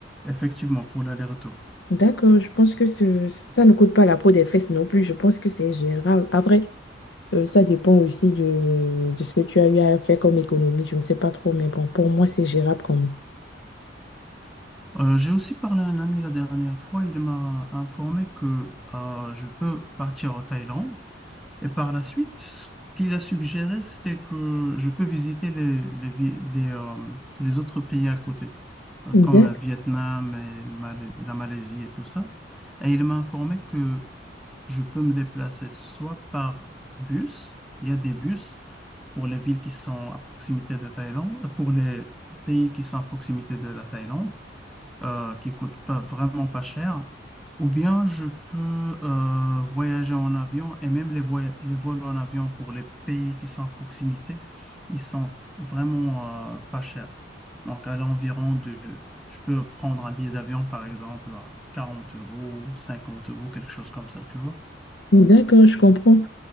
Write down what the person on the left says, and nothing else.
D'accord, je pense que ce- ça ne coûte pas la peau des fesses non plus. Je pense que c'est gérable. Après, euh, ça dépend aussi de, de ce que tu as eu à faire comme économie. Je ne sais pas trop, mais bon, pour moi, c'est gérable quand même.
D'ac-
D'accord, je comprends.